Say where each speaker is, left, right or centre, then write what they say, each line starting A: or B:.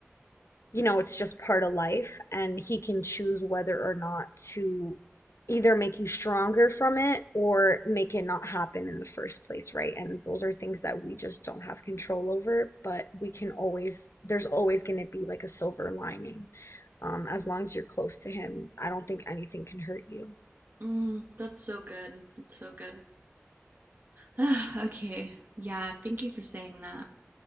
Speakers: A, on the left (about 75°); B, on the right (about 45°).
A: you know, it's just part of life, and he can choose whether or not to either make you stronger from it or make it not happen in the first place, right? And those are things that we just don't have control over, but we can always, there's always going to be like a silver lining. Um, as long as you're close to him, I don't think anything can hurt you.
B: Mm, that's so good. That's so good. <sighs> okay. Yeah, thank you for saying that.